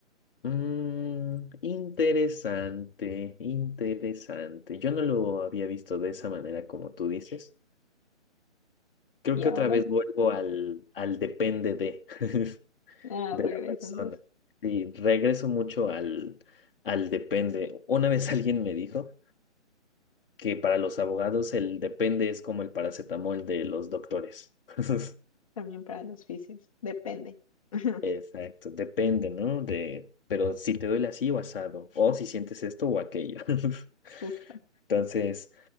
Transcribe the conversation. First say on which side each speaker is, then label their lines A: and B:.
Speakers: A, on the left; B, on the left.
A: Mm, interesante, interesante. Yo no lo había visto de esa manera como tú dices. Creo
B: Y
A: que
B: ahora,
A: otra vez vuelvo al, al depende de, <laughs>
B: ah,
A: de
B: regresas.
A: la persona. Y regreso mucho al, al depende. Una vez alguien me dijo que para los abogados el depende es como el paracetamol de los doctores. <laughs>
B: También para los fisios. Depende. <laughs>
A: Exacto, depende, ¿no? De, pero si te duele así o asado, o si sientes esto o aquello. <laughs>
B: Justo.
A: Entonces,